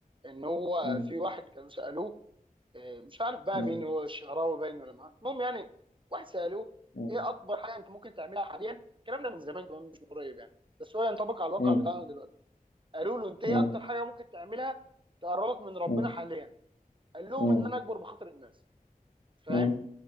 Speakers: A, on the right; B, on the left.
A: ان هو
B: مم.
A: في واحد كانوا سالوه آه، مش عارف بقى
B: مم.
A: مين هو الشعراوي باين ولا ما المهم يعني واحد سالوه
B: مم.
A: ايه اكبر حاجه انت ممكن تعملها حاليا الكلام ده من زمان كمان مش من قريب يعني بس هو ينطبق على الواقع
B: مم.
A: بتاعنا دلوقتي قالوا له انت
B: مم.
A: ايه اكتر حاجه ممكن تعملها تقربك من ربنا
B: مم.
A: حاليا قال لهم
B: مم.
A: ان انا اكبر بخاطر الناس فاهم
B: مم.